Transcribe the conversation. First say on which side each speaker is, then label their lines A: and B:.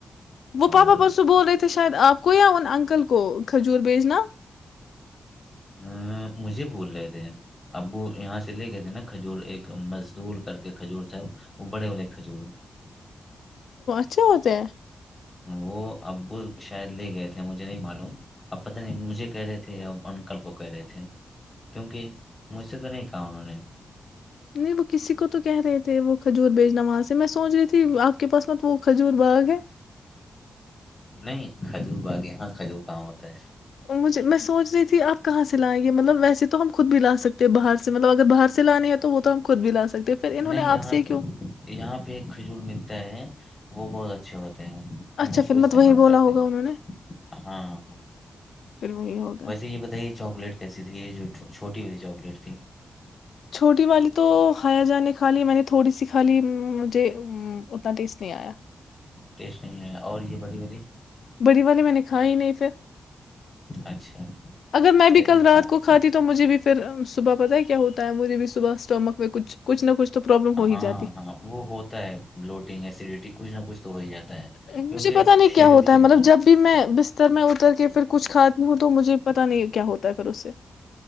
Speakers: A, on the left; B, on the left.
A: وہ
B: اور
A: پاپا پرسو بول رہے تھے شاید آپ کوئی ان انکل کو کھجور بیچنا
B: ہ مجھے بول رہے تھے ابو یہاں سے لے گئے تھے نا کھجور ایک مزدور کر کے کھجور سب وہ بڑے بڑے کھجور
A: کے ہوتے ہیں
B: وہ ابو شاید لے گئے تھے مجھے نہیں معلوم اب پت نہیں مجھے کہہ رہے تھے یا انکل کو کہہ رہے تھے کیونکہ مجھ سے تو نہیں کہا انہوں نے
A: نہیں وہ کسی کو تو کہ رہے تھے وہ کھجور بھیجنا وہاں سے میں سوچ رہی تھی آپ کے پاس میں تو وہ کھجور باغ ہے
B: نہیں کھجور باغ یہاں کھجور کہاں ہوتا ہے
A: مجھے میں سوچ رہی تھی آپ کہاں سے لائیں گے مطلب ویسے تو ہم خود بھی لا سکتے ہیں باہ سےطلب اگر باہر سے لانے ہیں تو وہ تو ہم خود بھی لا سک ہیں پھر انہوں
B: نہیں
A: نے
B: یہاں
A: آپ سے ہی کیوں
B: یہاں پہ ایک کھجور ملتا ہے وہ بہت اچھا اچھے ہوتے ہیں ہم
A: اچھا
B: اس
A: پھر
B: کو استعمال
A: مت وہی بولا
B: کرتے
A: ہوگا
B: ہیں
A: انہوں نے
B: ہاں ہاں
A: پھر وہی ہوگا
B: ویسے یہ بتائیے چاکلیٹ کیسی تھی یہ جو چھو- چھوٹی والی چاکلیٹ تھی
A: چھوٹی والی تو کھایا جانے کھا لی میں نے تھوڑی سی کھا لی مجھے ام، اتنا ٹیسٹ نہیں آیا
B: ٹیسٹ نہیں ہے اور یہ بڑی بی جی
A: بڑی والے میں نے کھا ہی نہیں پھر
B: اچھا
A: اگر میں بھی
B: چلیے
A: کل رات
B: کھا کر
A: کو کھاتی تو مجھے بھی پھر صبح پتہ ہے کیا ہوتا ہے مجھے بھی صبح اسٹمک کوئی کچھ نہ کچھ تو پرابلم ہو
B: ہاں
A: ہی جاتی
B: ہاں وہ ہوتا ہے بلوٹنگ ایسیڈیٹی کچھ نہ کچھ تو ہو ہی جاتا ہے
A: مجھے
B: کیونکہ
A: پتا نہیں
B: شیڈیول
A: کیا ہوتا
B: کے
A: مطلب
B: باہر
A: جب
B: ہو
A: بھی میں بستر میں اتر کے پھر کچھی ہوں تو مجھے پتا نہیں کیا ہوتا ہے پھر اس سے